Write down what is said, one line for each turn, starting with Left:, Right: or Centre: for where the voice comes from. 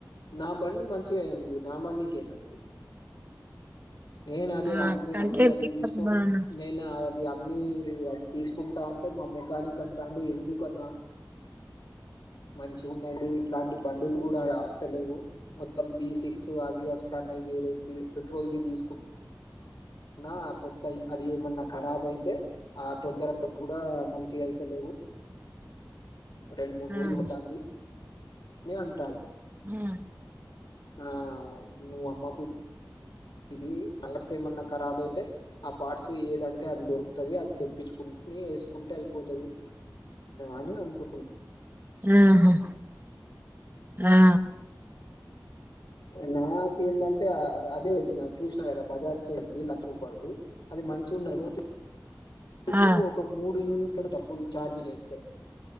Left: నా బండి మంచిగా అయింది నా బండికేమైంది నేను అదే
Right: ఆ,
Left: అమ్మి అమ్మీ
Right: అంటే
Left: అది
Right: పికప్
Left: తీసుకో
Right: బాగా
Left: నేను ఇదమ్మీ అది తీసుకుంటా అంటే మా మెకానిక్ అంటాండు ఎందుకన్నా మంచిగున్నది ఇట్లాంటి బండులు కూడా రాస్తలేవు మొత్తం బీ సిక్స్ అవి వస్తాన్నాయి వేరే పెట్రోల్ది తీసుకు అనా కొత్త అయి అది ఏమన్నా ఖరాబ్ అయితే ఆ తొందరగా ఆ మంచిగా అయితలేవు రెండు, మూడు
Right: ఉమ్,
Left: రోజులు పోతంది ఏమంటా
Right: మ్మ్
Left: ఆ ఔ ను మమ్మకు ఇది నైట్స్ ఏమన్నా ఖరాబ్ అయితే ఆ పార్ట్స్ ఏదంటే అది దొరుకుతది అది తెప్పించుకుని వేసుకుంటే అయిపోతది అని అంటురు
Right: మ్మ్ హ్మ్ ఆ
Left: ఎలా ఏంటంటే అదేంది నాకు చూసినా కదా బజాజ్ చేయండి లక్ష రూపాయలది అది మంచిగా ఉన్నాయి రోజు అందుకు
Right: ఆ
Left: ఒక మూడు యూనిట్ కాకపోతే ఫుల్ చార్జి చేస్తే